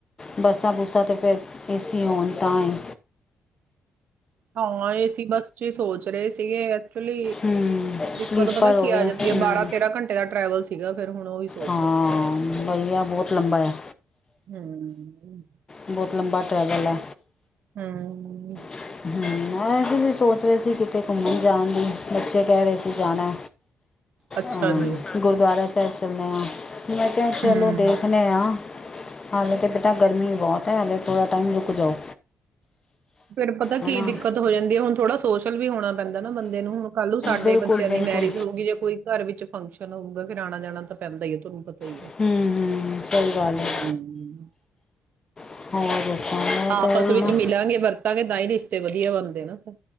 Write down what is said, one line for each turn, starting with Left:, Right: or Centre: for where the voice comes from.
Left: ਬੱਸਾਂ ਬੁੱਸਾਂ ਤਾਂ ਫਿਰ ਏਸੀ ਹੋਣ ਤਾਂ ਹੀ
Right: ਹਾਂ, ਏਸੀ ਬਸ ਚੀ ਸੋਚ ਰਹੇ ਸੀਗੇ। ਐਕਚੁਲੀ
Left: ਹੂੰ
Right: ਦਿੱਕਤ
Left: ਸਲੀਪਰ
Right: ਪਤਾ ਕੀ
Left: ਹੋਵੇ
Right: ਆ
Left: ਹੂੰ
Right: ਜਾਂਦੀ ਹੈ, ਬਾਰਾਂ ਤੇਰਾਂ ਘੰਟੇ ਦਾ ਟ੍ਰੈਵਲ ਸੀਗਾ। ਫਿਰ ਹੁਣ ਉਹੀ ਸੋਚ
Left: ਹਾਂ
Right: ਰਹੇ,
Left: ਭਈਆ ਬਹੁਤ ਲੰਬਾ ਹੈ
Right: ਹੂੰ।
Left: ਬਹੁਤ ਲੰਬਾ ਟਰੈਵਲ ਐ।
Right: ਹੂੰ।
Left: ਹੂੰ, ਅਸੀਂ ਵੀ ਸੋਚ ਰਹੇ ਸੀ ਕਿਤੇ ਘੁੰਮਣ ਜਾਣ ਦੀ ਬੱਚੇ ਕਹਿ ਰਹੇ ਸੀ। ਜਾਣਾ
Right: ਅੱਛਾ
Left: ਹਾਂ
Right: ਜੀ
Left: ਗੁਰਦੁਆਰਾ ਸਾ ਤੈਂ ਚੱਲੇ ਆਂ। ਮੈਂ ਕਿਹਾ ਚਲੋ
Right: ਹਮ
Left: ਦੇਖਣੇ ਆ ਹਾਲੇ ਤਾਂ ਬੇਟਾ ਗਰਮੀ ਬਹੁਤ ਹੈ, ਹਾਲੇ ਥੋੜ੍ਹਾ ਟਾਈਮ ਰੁਕ ਜਾਓ।
Right: ਫੇਰ ਪਤਾ
Left: ਹੈ
Right: ਕੀ
Left: ਨਾ
Right: ਦਿੱਕਤ ਹੋ ਜਾਂਦੀ ਹੈ, ਹੁਣ ਥੋੜ੍ਹਾ ਸ ਸੋਸ਼ਲ ਵੀ ਹੋਣਾ ਪੈਂਦਾ ਨਾ ਬੰਦੇ ਨੂੰ ਹੁਣ ਕੱਲ ਨੂੰ ਸਾਡੇ
Left: ਬਿਲਕੁਲ
Right: ਬੱਚਿਆਂ ਦੀ
Left: ਬਿਲਕੁਲ
Right: ਮੈਰਿਜ ਹੋਗੀ ਜੇ ਕੋਈ ਘਰ ਵਿੱਚ ਫੰਕਸ਼ਨ ਹੋਊਗਾ ਫਿਰ ਆਣਾ ਜਾਣਾ ਤਾਂ ਪੈਂਦਾ ਏ ਤੁਹਾਨੂੰ ਪਤਾ ਸਹੀ
Left: ਹਮ
Right: ਐ,
Left: ਹਮ ਸਹੀ ਗੱਲ ਹੈ
Right: ਹੂੰ।
Left: ਹੋਰ ਦੱਸੋ ਮੈਂ
Right: ਆਪਸ
Left: ਤਾਂ ਉਹੀ
Right: ਵਿੱਚ
Left: ਨਾ
Right: ਮਿਲਾਂਗੇ ਵਰਤਾਂਗੇ ਤਾਂ ਹੀ ਰਿਸ਼ਤੇ ਵਧੀਆ ਬਣਦੇ ਨਾ। ਫਿਰ